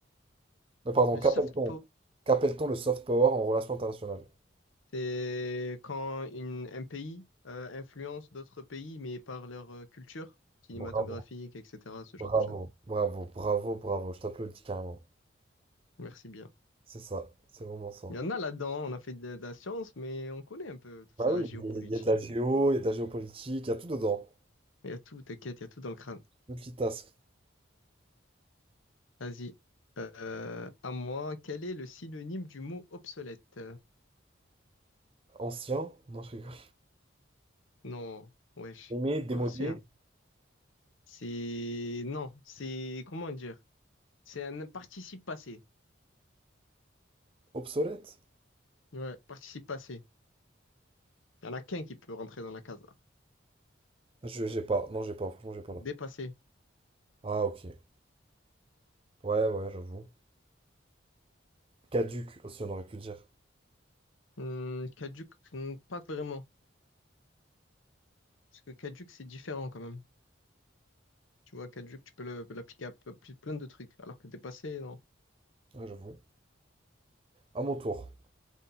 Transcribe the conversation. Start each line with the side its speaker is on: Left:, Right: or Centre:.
Right: Euh, pardon,
Left: Le
Right: qu'appelle-t-on?
Left: soft
Right: Qu'appelle-t-on le soft power en relation internationale?
Left: C'est quand une- un pays euh, influence d'autres pays, mais par leur euh, culture cinématographique,
Right: Bravo,
Left: etc., ce
Right: bravo,
Left: genre de choses.
Right: bravo, bravo, bravo. Je t'applaudis carrément.
Left: Merci bien.
Right: C'est ça. C'est vraiment ça.
Left: Il y en a là-dedans, on a fait de, de la science, mais on connaît un peu tout
Right: Bah
Left: ça,
Right: oui,
Left: géopolitique.
Right: il y a il y a de la géo, il y a de la géopolitique, il y a tout dedans.
Left: Il y a tout, t'inquiète, il y a tout dans le crâne.
Right: Multitask.
Left: Vas-y. Euh, à moi, quel est le synonyme du mot obsolète?
Right: Ancien, non, je rigole.
Left: Non, wesh,
Right: Aimé, démodé,
Left: pas aussi, hein. C'est... Non, c'est... Comment dire? C'est un participe passé.
Right: obsolète.
Left: Ouais, participe passé. Il n'y en a qu'un qui peut rentrer dans la case.
Right: Je, j'ai pas, non, j'ai pas, franchement, j'ai pas là.
Left: Dépassé.
Right: Ah, ok. Ouais, ouais, j'avoue. Caduc aussi, on aurait pu dire.
Left: Hum, caduc, hum, pas vraiment. Parce que caduc, c'est différent quand même. Tu vois, caduc, tu peux le- l'appliquer à ple- ple- plein de trucs. Alors que dépassé, non.
Right: Ouais, j'avoue. À mon tour.